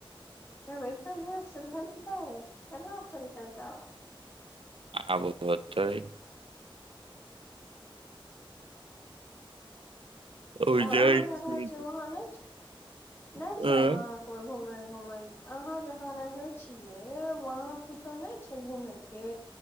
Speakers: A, on the left; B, on the right.
A: ए भाई एतना लेट से बनतई केना चलतै तऽ?
B: आब होतई ओ
A: और
B: जाइ
A: अहाँ जहाॅं
B: छी
A: रहै छीयै वहाँ नहि छी नहि
B: हुँ
A: छै वहाँ कोइ घुमे घुमई अहाँ जहाॅं रहे छियै वहां कुछो नहि छै घूमै के